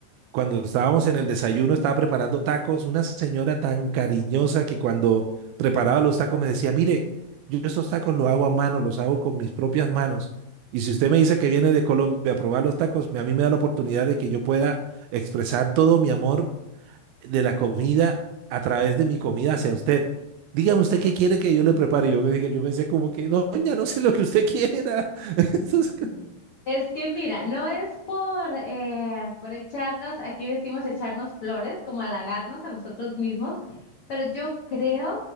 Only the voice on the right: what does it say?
cuando estábamos en el desayuno, estaba preparando tacos, una señora tan cariñosa que cuando preparaba los tacos me decía, mire, yo estos tacos los hago a mano, los hago con mis propias manos. Y si usted me dice que viene de Colombia a probar los tacos, a mí me da la oportunidad de que yo pueda expresar todo mi amor de la comida a través de mi comida hacia usted. Dígame usted qué quiere que yo le prepare. Yo, me- yo pensé como que, doña, no sé lo que usted quiera. <laughs> Entonces,